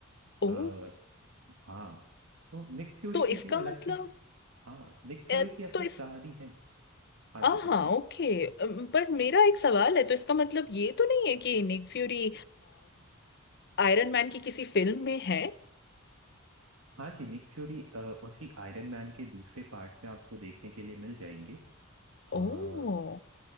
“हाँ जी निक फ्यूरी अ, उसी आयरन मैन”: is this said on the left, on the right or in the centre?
Right